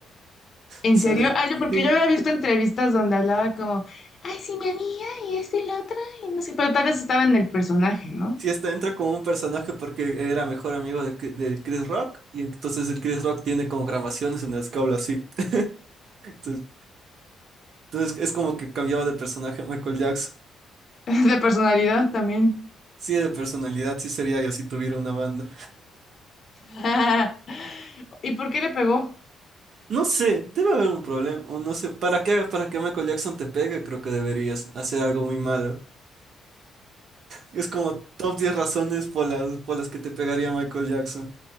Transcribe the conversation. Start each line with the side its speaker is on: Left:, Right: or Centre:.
Left: ¿En
Right: ¿sabes?
Left: serio? Ah, yo porque
Right: Sí.
Left: yo había visto entrevistas donde hablaba como, ay, sí, mi amiga, y esta y la otra, y no sé, pero tal vez estaba en el personaje, ¿no?
Right: Sí, está, entra como un personaje porque era mejor amigo de, Cri- de Chris Rock y entonces el Chris Rock tiene como grabaciones en las que habla así. Entonces, entonces es como que cambiaba de personaje Michael Jackson.
Left: <laughs> De personalidad también.
Right: Sí, de personalidad, sí sería yo si tuviera una banda.
Left: <laughs> ¿Y por qué le pegó?
Right: No sé, debe haber un problema, o no sé, para que, para que Michael Jackson te pegue, creo que deberías hacer algo muy malo. Es como top 10 razones por las, por las que te pegaría Michael Jackson.